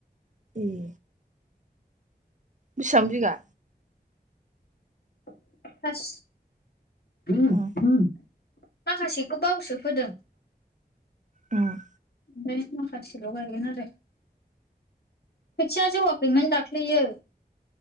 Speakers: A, on the right; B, on the left.
A: ए। बिसिबां बिगा?
B: <unintelligible> बास। <unintelligible>
A: उम
B: माखासेखौ बावसो फोदों।
A: उम।
B: ओमफ्राय माखासेल गायगोन आरो खोथिया जौयाखैमोन दाख्लैयो।